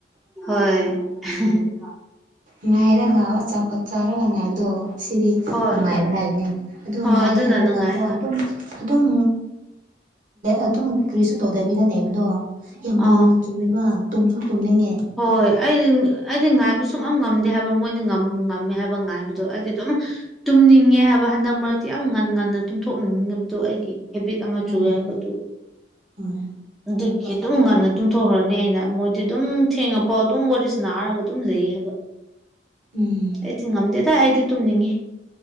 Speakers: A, in the centre; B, on the right.
A: ꯍꯣꯏ ꯑꯍꯍ
B: ꯉꯥꯏꯔꯒ ꯑꯆꯥꯄꯣꯠ ꯆꯥꯔꯒ ꯉꯥꯏꯕꯗꯣ ꯁꯤꯗꯤ
A: ꯍꯣꯏ
B: ꯅꯨꯡꯉꯥꯏꯕ ꯍꯥꯏꯕꯅꯤ ꯑꯗꯣ
A: ꯍꯣꯏ
B: ꯉꯥꯏ
A: ꯑꯗꯨꯅ
B: ꯍꯥꯏꯔꯒꯀꯣ
A: ꯅꯨꯡꯉꯥꯏ ꯍꯣꯏ
B: ꯑꯗꯨ ꯑꯗꯨꯝ ꯑꯗꯨꯝ ꯀꯔꯤꯁꯨ ꯇꯧꯗꯕꯤꯗ ꯂꯩꯕꯗꯣ ꯌꯥꯝ
A: ꯑꯥ
B: ꯕꯣꯔꯤꯡ <unintelligible> ꯇꯨꯝꯁꯨ ꯇꯨꯝꯅꯤꯡꯉꯦ
A: ꯍꯣꯏ ꯑꯩꯗꯤ ꯑꯩꯗꯤ ꯉꯥꯏꯕ ꯁꯨꯡꯉꯝ ꯉꯝꯗꯦ ꯍꯥꯏꯕ ꯃꯣꯏꯗꯤ ꯉꯝꯃꯦ ꯍꯥꯏꯕ ꯉꯥꯏꯕꯗꯣ ꯑꯩꯗꯤ ꯑꯗꯨꯝ ꯇꯨꯝꯅꯤꯡꯉꯦ ꯍꯥꯏꯕ ꯍꯟꯗꯛ ꯃꯔꯛꯇꯤ ꯌꯥꯝ ꯉꯟꯅ ꯉꯟꯅ ꯇꯨꯝꯊꯣꯛꯅꯤꯡꯅꯤꯡꯕꯗꯣ ꯑꯩꯒꯤ ꯍꯦꯕꯤꯠ ꯑꯃ
B: ꯍꯣꯏ
A: ꯆꯨꯌꯦ
B: ꯍꯣꯏ
A: ꯍꯥꯏꯕꯗꯨ
B: ꯍꯣꯏ
A: ꯑꯗꯨꯒꯤ ꯑꯗꯨꯝ ꯉꯟꯅ ꯇꯨꯝꯊꯣꯛꯈ꯭ꯔꯅꯤ ꯑꯩꯅ ꯃꯣꯏꯗꯤ ꯑꯗꯨꯝ ꯊꯦꯡꯉꯐꯥꯎ ꯑꯗꯨꯝ ꯋꯥꯔꯤ ꯁꯥꯅꯥꯔꯒ ꯑꯗꯨꯝ ꯂꯩꯌꯦ ꯍꯥꯏꯕ
B: ꯎꯝ
A: ꯑꯩꯗꯤ ꯉꯝꯗꯦꯗ ꯑꯩꯗꯤ ꯇꯨꯝꯅꯤꯡꯉꯤ